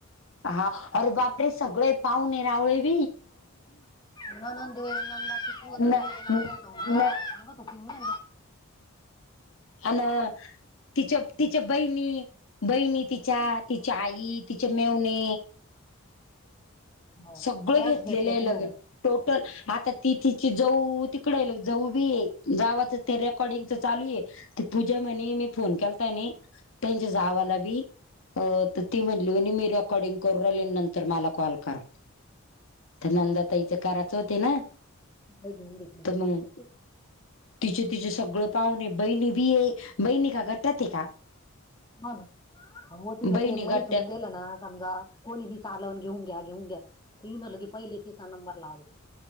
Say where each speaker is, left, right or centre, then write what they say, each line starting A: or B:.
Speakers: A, on the left; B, on the left.
A: हा अर बा आपले सगळे पाहून ये रावळे व
B: न न ननाचीरगी
A: न
B: ये नामतो मला
A: न
B: सांगत होती मी
A: अ तिच तिच्या बहिणी बहिणी तिच्या तिच्या आई तिचे मेवणे
B: हो
A: सगळं
B: सगळ्याच
A: घेतलेलं
B: घेतल्या
A: आहे
B: तिनं
A: लगे टोटल आता तीथिची जाऊ तिकडे जाऊ बी ये जावच ते रेकॉर्डिंगच चालू आहे त पूजा म्हणे मी फोन केला त्यानी त्यांच्या जावाला बी अ तर ती म्हणली म्ह मी र अकॉर्डिंग करून राले नंतर मला कॉल करा तर नंदा तईच्या कराच होते ना
B: लय घेऊन घेतले
A: तर मग
B: दिसते
A: तिचे तिचे सगळं पाहुणे आहे बहिणी बी आहे बहिणी का घटात आहे का
B: हो ना हो तिला
A: बहिणी
B: ते मैथून
A: गट्ट्यात
B: गेलं ना समजा कोणी बी चालून घेऊन घ्या घेऊन घ्यानल की पहिले तिसरा नंबर लावला